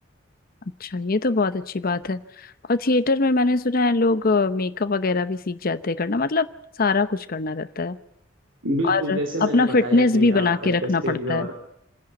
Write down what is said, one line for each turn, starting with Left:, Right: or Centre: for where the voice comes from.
Left: अच्छा ये तो बहुत अच्छी बात है और थिएटर में मैंने सुना है लोग मेकअप वगैरह भी सीख जाते हैं करना मतलब सारा कुछ करना रहता है
Right: बिल्कुल
Left: और
Right: जैसे
Left: अपना
Right: मैंने बताया
Left: फिटनेस
Right: कि
Left: भी बना
Right: बैक
Left: के रखना
Right: स्टेज
Left: पड़ता है
Right: और